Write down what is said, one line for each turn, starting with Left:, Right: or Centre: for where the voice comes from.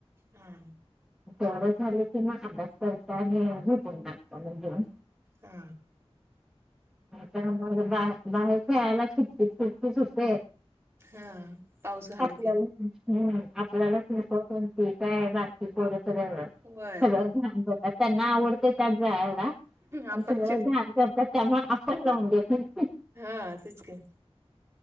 Right: हां.
Centre: तेवढं झालं की म अभ्यास करता आणि झोपून टाकत्या म जेवून.
Right: हा
Centre: त्या मग बा बाहेर खेळायला किचकीच किचकीच होते
Right: हा पाऊस झाला
Centre: आपल्याला
Right: की
Centre: हम्म आपल्यालाच <unintelligible> कोणती काय बाकी पोर तर
Right: वय
Centre: सर्वच घाण करतात, त्यांना आवडतं ते त्यात जायाला
Right: आपण
Centre: पण सगळं
Right: चिड
Centre: घाण करतात त्यामुळे, आपण राहून देतो.
Right: हां तेच काय.